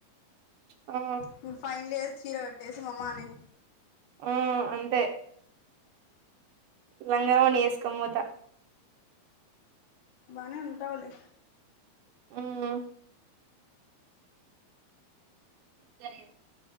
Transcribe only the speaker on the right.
ఆ
హు అంతే లంగావోని వేసుకోనిపోత
మ్మ్ సర